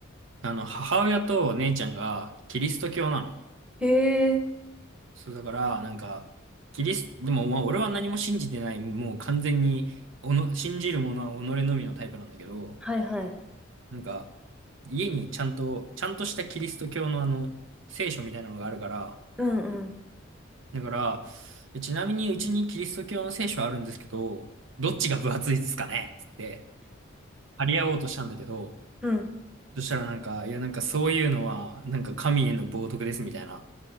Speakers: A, on the right; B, in the centre.
A: あの、母親と姉ちゃんがキリスト教なの。
B: へえ。
A: そう、だから、なんか、キリス、でも、まあ、俺は何も信じてない、もう完全に、おの、信じるものは己のみのタイプなんだけど、
B: はいはい。
A: なんか、家にちゃんと、ちゃんとしたキリスト教のあの、聖書みたいなのがあるから、
B: うん、うん、
A: だから、えちなみにうちにキリスト教の聖書あるんですけど、どっちが分厚いですかねつって、張り合おうとしたんだけど、
B: うん。
A: そしたらなんか、いやなんかそういうのは、なんか神への冒涜ですみたいな。